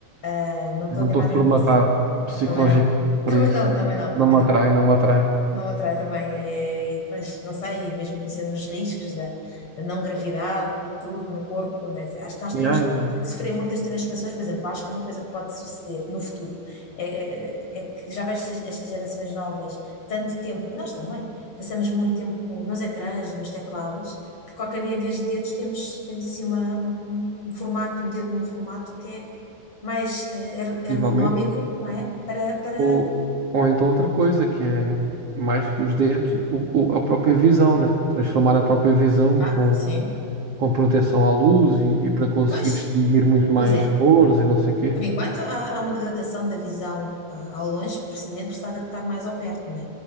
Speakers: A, on the left; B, on the right.
A: Ah, não me estou
B: Não
A: a ver
B: estou
A: nada
B: formatado
A: nisso.
B: psicologicamente
A: Também não. <laughs> Também
B: para isso.
A: não, também não,
B: Não
A: também
B: me
A: não.
B: atrai, não me atrai.
A: Não atrai também, é, e, mas não sei, mesmo conhecendo os riscos da, da não gravidade e tudo no corpo, né? assim, Acho que nós
B: Yeah,
A: tínhamos que
B: yeah, yeah.
A: sofrer muitas transformações, por exemplo, acho que é uma coisa que pode suceder no futuro, é, é é que já vejo estas estas gerações novas tanto tempo, e nós também, passamos muito tempo nos ecrãs, nos teclados, que qualquer dia em vez de dedos temos, temos assim uma, uma- um formato, um dedo num formato que é mais eh, er- ergonómico,
B: Possivelmente.
A: não é? Para, para...
B: Ou, ou então outra coisa, que é mais que os dedos, o, o- a própria visão, né? Transformar a própria visão
A: Ah,
B: com,
A: sim.
B: com proteção à luz e, e para conseguir
A: Pois,
B: distinguir muito
A: Pois
B: mais
A: é.
B: cores e não sei o quê.
A: Por enquanto, há, há uma degradação da visão ah, ao longe, precisando por se adaptar mais ao perto, não é?